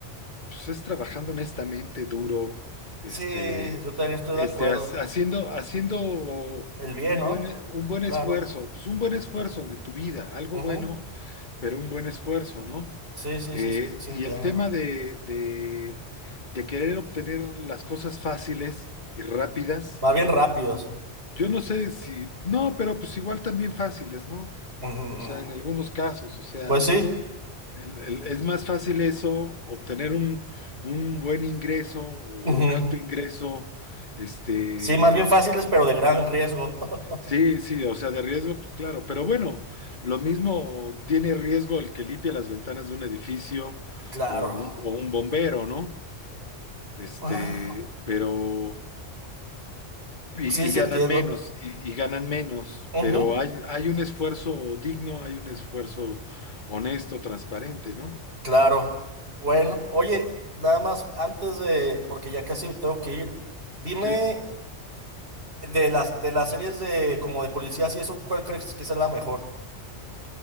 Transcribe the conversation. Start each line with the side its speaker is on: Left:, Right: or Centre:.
Left: pues es trabajando honestamente, duro, este,
Right: Sí, yo también estoy
Left: este,
Right: de acuerdo.
Left: ha- haciendo, haciendo un
Right: El bien, ¿no?
Left: buen, e- un buen
Right: Claro.
Left: esfuerzo, pues un buen esfuerzo de tu vida, algo
Right: Ujú.
Left: bueno, pero un buen esfuerzo, ¿no?
Right: Sí, sí,
Left: Eh,
Right: sí, sí, sí
Left: y
Right: entiendo.
Left: el tema de, de, de querer obtener las cosas fáciles y rápidas,
Right: Más bien rápidos.
Left: yo no sé si, no, pero pues igual también fáciles, ¿no?
Right: Ujú.
Left: O sea, en algunos casos, o sea.
Right: Pues sí.
Left: El- el- es más fácil eso, obtener un, un buen ingreso o
Right: Ujú.
Left: un alto ingreso, este,
Right: Sí, más bien fáciles, pero de gran riesgo. <laughs>
Left: sí, sí, o sea, de riesgo, pues claro, pero bueno, lo mismo tiene riesgo el que limpia las ventanas de un edificio
Right: Claro.
Left: o un, o un bombero, ¿no? Este,
Right: Ah,
Left: pero, y,
Right: Sí, sí
Left: y ganan
Right: entiendo.
Left: menos, y, y ganan menos,
Right: Ujú.
Left: pero hay, hay un esfuerzo digno, hay un esfuerzo honesto, transparente, ¿no?
Right: Claro. Bueno, oye, nada más antes de, porque ya casi me tengo que ir, dime
Left: Sí.
Right: de las de las series de como de policías y eso, ¿cuál crees que es la mejor?